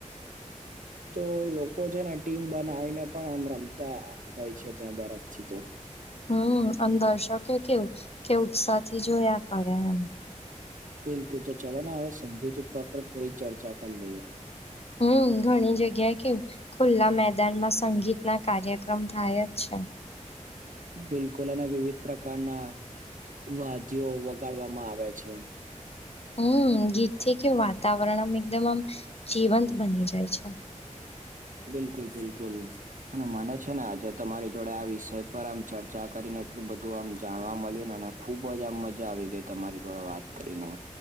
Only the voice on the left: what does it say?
હમ્મ અન દર્શકે કેવું કે, ઉત્સાહ થી જોયા કરે એમ.
હમ્મ ઘણી જગ્યા કેવું ખુલ્લા મેદાનમાં સંગીત ના કાર્યક્રમ થાય જ છે.
હ ગીત થી કે વાતાવરણ આમ એકદમ આમ, જીવંત બની જાય છે.